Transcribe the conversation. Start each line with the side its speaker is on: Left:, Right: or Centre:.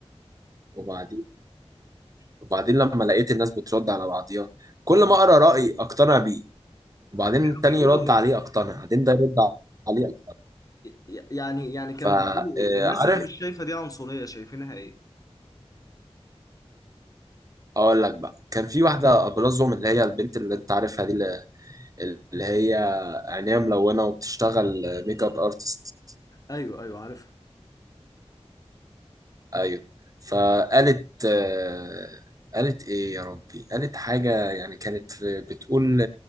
Right: وبعدين وبعدين لما لقيت الناس بترد على بعضيها كل ما اقرا رأي اقتنع بيه وبعدين
Left: أ- كانوا
Right: التاني
Left: بيقولوا
Right: يرد
Left: إيه
Right: عليه اقتنع بعدين ده يرد عليه اقتنع
Left: ي- يعني يعني كانوا
Right: فعارف
Left: بيقولوا إيه الناس اللي مش شايفة دي عنصرية شايفينها إيه
Right: اقول لك بقى كان في واحده ابرزهم اللي هي البنت اللي انت عارفها دي اللي اللي هي عينيها ملونه وبتشتغل ميك اب ارتست
Left: أيوه أيوه عارفها
Right: ايوه فقالت آه، قالت ايه يا ربي قالت حاجه يعني كانت في- بتقول